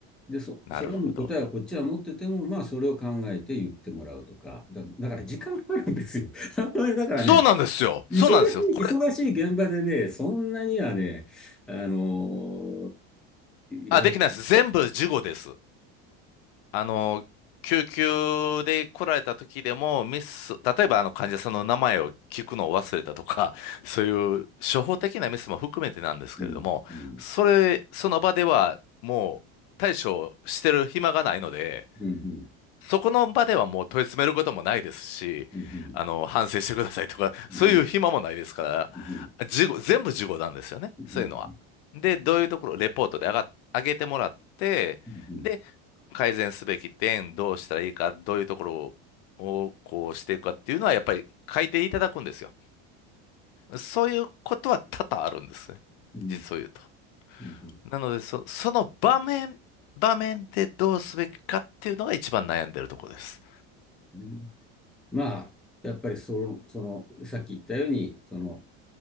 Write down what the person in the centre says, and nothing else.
でそ、
それの答えはこっちは持ってても、まあそれを考えて言ってもらうとか。だ、だから時間かかるんですよ。だからね、
忙し
い忙しい現場でね、そんなにはね、あの
やって、
うんうん
うん
うんうん
うんうんうんうん
うん
う
ん
うん
うん。まあ、やっぱりそ、その、さっき言ったように、その、